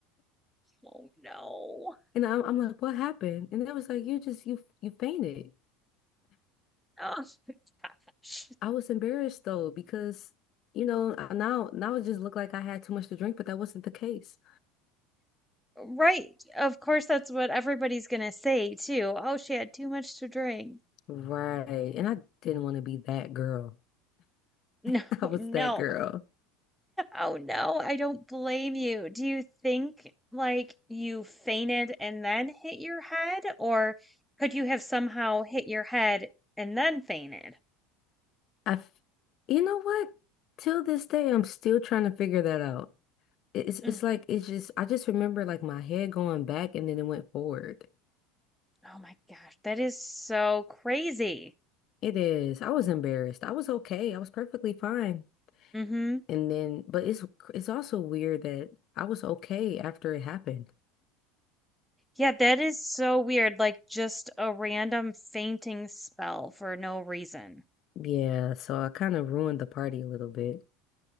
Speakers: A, in the centre; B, on the left.
A: Oh no.
B: And I'm, I'm like, what happened? And it was like, you just you you fainted.
A: Oh <laughs> my gosh.
B: I was embarrassed though because you know I- now now it just looked like I had too much to drink, but that wasn't the case.
A: Right. Of course, that's what everybody's gonna say too. Oh, she had too much to drink.
B: Right. And I didn't want to be that girl.
A: No,
B: <laughs> I was
A: no.
B: that girl.
A: Oh no, I don't blame you. Do you think like you fainted and then hit your head, or could you have somehow hit your head and then fainted?
B: I, f- you know what? Till this day, I'm still trying to figure that out. It's
A: Mm.
B: it's like it's just I just remember like my head going back and then it went forward.
A: Oh my gosh, that is so crazy.
B: It is. I was embarrassed. I was okay. I was perfectly fine.
A: Mm-hmm.
B: And then, but it's it's also weird that I was okay after it happened.
A: Yeah, that is so weird. Like just a random fainting spell for no reason.
B: Yeah, so I kind of ruined the party a little bit.